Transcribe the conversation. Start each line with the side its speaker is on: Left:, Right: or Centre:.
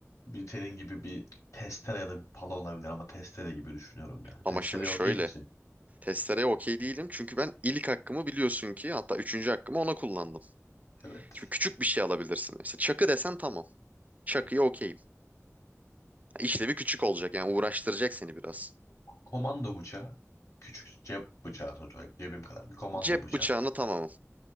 Left: Bir senin gibi bir testere ya da bir pala olabilir ama testere gibi düşünüyorum ya.
Right: Ama
Left: Testereye
Right: şimdi şöyle.
Left: okey misin?
Right: Testereye okey değilim. Çünkü ben ilk hakkımı biliyorsun ki hatta üçüncü hakkımı ona kullandım.
Left: Evet.
Right: Şimdi küçük bir şey alabilirsin. Mesela çakı desen tamam. Çakıya okeyim. İşlevi küçük olacak yani uğraştıracak seni biraz.
Left: Komando bıçağı. Küçük cep bıçağı sonuç olarak cebim kadar. Bir komando
Right: Cep
Left: bıçağı.
Right: bıçağını tamamım.